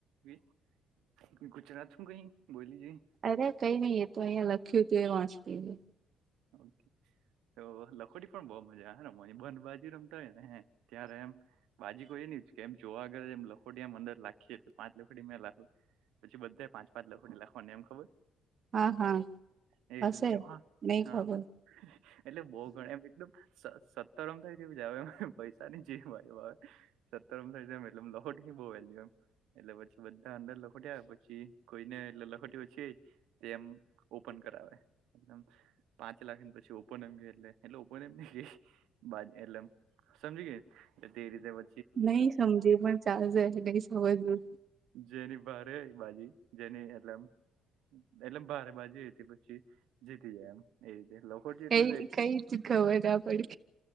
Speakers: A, on the right; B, on the right.
A: વી-ગુચરાતું કઈ બોલી જોઈ
B: અરે કઈ નઈ એ તો અઈયા લખ્યું તું એ વાંચતી તી. <inaudible>
A: ઓકે તો લખોટી પણ બહ મજા રમવાની બંધ બાાજી રમતા હોય ને હે ત્યારે એમ બાજી તો એ ન જ કેમ જોવાગર મ લખોટી મ અંદર લખીએ તો પાંચ લખોટી મે લાખુ પછી બદ્ધે પાંચ પાંચ લખોટી લખવાને એમ ખબર?
B: હા-હા.
A: એ
B: હશે
A: જમા
B: નહી
A: હા
B: ખબર
A: એટલે બૌ ગણ એમ એટલું સ- સત્તરમ થઈ જેવું જ આવે એમ- પૈસાની જ- બય-સત્તરમ થઈ જમ- એટલે અમ લખોટ પછી બો વેલ્યુ એમ એટલે પછી બધા અંદર લખોટ્યા પછી કોઈને એટલે લખોટ્યોછી તે એમ ઓપન કરાવે એલમ પાંચ લાખને પછી ઓપોનમ કે એટલે એટલુ ઓપન એમ ની કેય-ખી-ખી બા- એટલેમ સમજી ગય એ-તે રીતે બ
B: નહી સમજી પણ ચાલશે એ મજવું
A: જેની ભારે બાજી જેની એટલેમ એટલેમ ભારે બાજી તી પછી જાય એમ એ રીતે લખોટી-ટલું
B: કઈ
A: તો એટલું
B: કઈ જ ખબર ના પડી